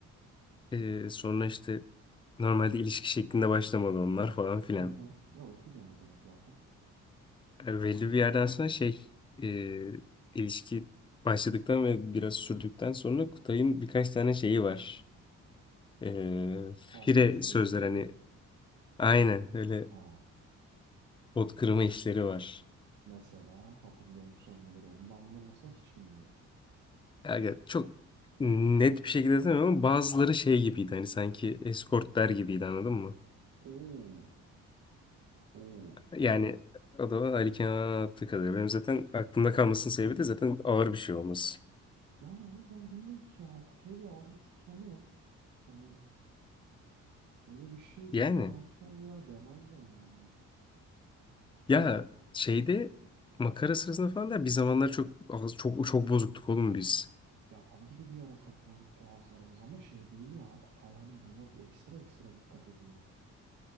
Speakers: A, on the left (about 15°); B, on the right (about 75°).
A: Ee, sonra işte normalde ilişki şeklinde başlamadı onlar falan filan.
B: Hı hı. Evet biliyorum oraları zaten.
A: Yani belli bir yerden sonra şey e, ilişki başladıktan ve biraz sürdükten sonra Kutay'ın birkaç tane şeyi var. Ee, fire
B: Falso söylemi
A: sözler
B: mi?
A: hani aynen öyle
B: He.
A: pot kırma işleri var.
B: Mesela hatırlıyor musun neler oldu? Ben bunları mesela hiç bilmiyorum.
A: Yani çok net bir şekilde demiyorum ama bazıları şey gibiydi hani sanki eskortlar gibiydi anladın mı?
B: Oo. Oo.
A: Yani o da Ali Kenan'a attığı kadarıyla. Benim zaten aklımda kalmasının sebebi de zaten ağır bir şey olması.
B: Yani ama ben bilmiyorum ki ya. Kutayı da az buçuk tanıyoruz. Hani böyle bir şey
A: Yani
B: ima etmez veya demez de yani.
A: ya şeyde makara sırasında falan da bir zamanlar çok çok çok bozuktuk oğlum biz.
B: Ya tabii ki de bir ara çok bozuktu ağızlarımız ama şey değil ya. Kutay hani bunlar ekstra ekstra dikkat ediyor.